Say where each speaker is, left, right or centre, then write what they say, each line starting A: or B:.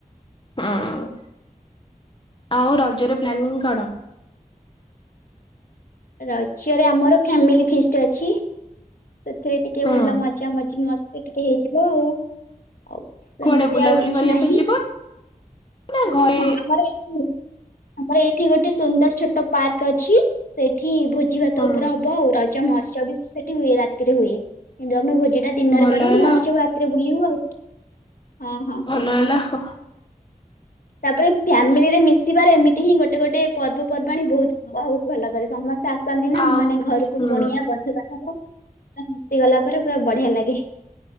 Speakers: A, on the left; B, on the left.
A: ହଁ ଉଁ ଆଉ ରଜର ପ୍ଲାନିଂ କଣ?
B: ରଜରେ ଆମର ଫାମିଲି ଫିଷ୍ଟ ଅଛି ସେଥିରେ ଟିକେ
A: ହୁଁ
B: ଭଲ ମଜା ମଜି ମସ୍ତ୍ ତେ ଟିକେ ହେଇଯିବ ଆଉ ସେମିତି
A: କୁଆଡେ ବୁଲାବୁଲି
B: ଆଉ କିଛି
A: କରିବା
B: ନାହିଁ।
A: ପାଇଁ ଯିବ ନା ଘରେ
B: ହଁ ହଁ ଆମର ଏଇଠି ଆମର ଏଇଠି ଗୋଟେ ସୁନ୍ଦର ଛୋଟ ପାର୍କ ଅଛି ସେଇଠି ଭୋଜି
A: ହୁଁ
B: ଭାତ ଉପରେ ହବ ଆଉ ରଇ ରଜ ମହୋତ୍ସୋବ ବି ସେଠି ହୁଏ ରାତିରେ ହୁଏ କିନ୍ତୁ ଆମେ ଭୋଜି ଟା ଦିନରେ
A: ଭଲ
B: କରିବୁ
A: ହେଲା
B: ମହୋତ୍ସବ
A: ଆଉ।
B: ରାତିରେ ବୁଲିବୁ ଆଉ ହଁ ହଁ।
A: ଲା ଲାଖ।
B: ତାପରେ ଫ୍ୟାମିଲି ରେ ମିଶିବାରେ ଏମିତି ହିଁ ଗୋଟେ ଗୋଟେ ପର୍ବପର୍ବାଣି ବୋହୁତ୍ ବହୁତ୍ ଭଲ କରେ ସମସ୍ତେ। ଆସନ୍ତି ନା
A: ଆଉ
B: ମାନେ ଘରକୁ
A: ହୁଁ
B: କୁଣିଆ ବନ୍ଧୁବାଧବ ପା ମିଶିଗଲା ପରେ ପୁରା ବଢିଆ ଲାଗେ।